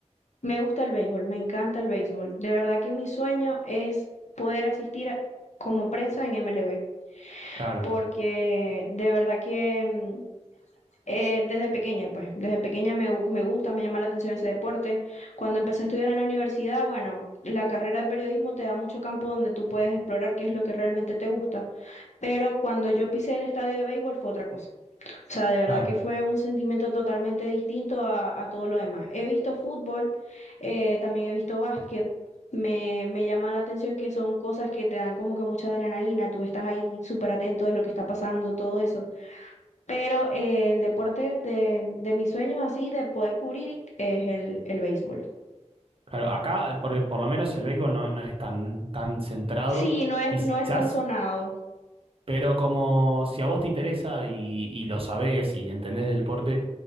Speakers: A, on the left (about 75°); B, on the right (about 50°).
A: Me gusta el béisbol, me encanta el béisbol. De verdad que mi sueño es poder asistir a- como prensa en MLB,
B: Claro,
A: porque de verdad que mm, eh, desde pequeña, pues, desde pequeña me, gu- me gusta, me llama la atención ese deporte. Cuando empecé a estudiar en la universidad, bueno, la carrera de periodismo te da mucho campo donde tú puedes explorar qué es lo que realmente te gusta, pero cuando yo pisé el estadio de béisbol fue otra cosa. O sea, de verdad
B: claro.
A: que fue un sentimiento totalmente distinto a, a todo lo demás. He visto fútbol, eh, también he visto básquet. Me, me llama la atención que son cosas que te dan como que mucha adrenalina, tú estás ahí súper atento de lo que está pasando, todo eso. Pero eh, el deporte de, de mis sueños así, de poder cubrir, es el, el béisbol.
B: Claro, acá por, por lo menos el béisbol no, no es tan, tan centrado,
A: Sí, no es,
B: quizás,
A: no es tan sonado.
B: pero como si a vos te interesa y, y lo sabés y entendés del deporte,